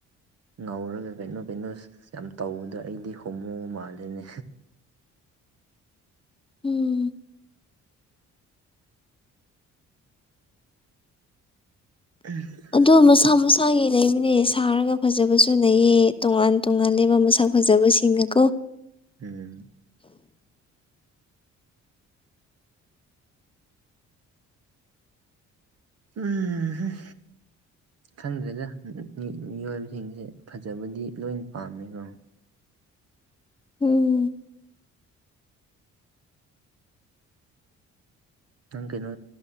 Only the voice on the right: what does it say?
ꯉꯧꯔꯒ ꯀꯩꯅꯣ ꯀꯩꯅꯣ ꯌꯥꯝ ꯇꯧꯕꯗꯣ ꯑꯩꯗꯤ ꯍꯣꯃꯣ ꯃꯥꯂꯤꯅꯦ꯫
ꯎꯝ <inaudible>
ꯑꯝ ꯎꯝ ꯍꯨꯝ ꯈꯪꯗ꯭ꯔꯦꯗ ꯃꯤꯑꯣꯏꯕꯁꯤꯡꯁꯦ ꯐꯖꯕꯗꯤ ꯂꯣꯏ ꯄꯥꯝꯃꯦ ꯀꯣ
ꯅꯪ ꯀꯩꯅꯣ